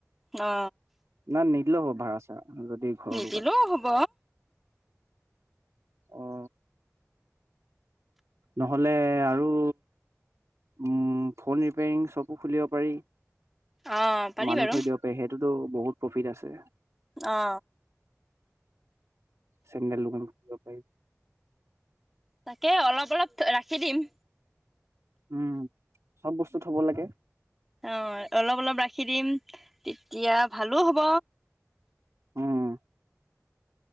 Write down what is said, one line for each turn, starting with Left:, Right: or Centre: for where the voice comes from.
Centre: অ।
Right: নাই নিদিলেও হব ভাড়া - চাড়া যদি ঘৰৰ
Centre: নিদিলেও
Right: দোকান
Centre: হ'ব।
Right: অ, নহ'লে আৰু উম ফোন ৰিপেয়াৰিং শ্বপো খুলিব পাৰি,
Centre: অ পাৰি
Right: মানুহ
Centre: বাৰু
Right: থৈ দিয়ক। <unintelligible> সেইটোতো বহুত প্ৰফিট আছে।
Centre: অ
Right: চেণ্ডেল দোকান খুলিব পাৰি।
Centre: তাকে অলপ অলপ ৰাখি দিম।
Right: উম, চব বস্তু থব লাগে।
Centre: অ অলপ অলপ ৰাখি দিম তেতিয়া ভালো হ'ব।
Right: উম।